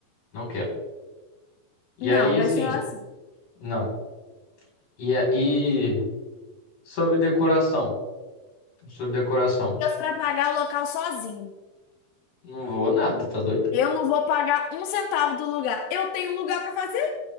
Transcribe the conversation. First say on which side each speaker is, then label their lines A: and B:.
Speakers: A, on the left (about 55°); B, on the left (about 75°).
A: não quero. E
B: Não,
A: aí, assim,
B: vai ser lá assim.
A: não. E, a- e sobre decoração. Sobre decoração.
B: Então você vai pagar o local sozinho.
A: Não vou nada, tá doido?
B: Eu não vou pagar um centavo do lugar. Eu tenho lugar pra fazer.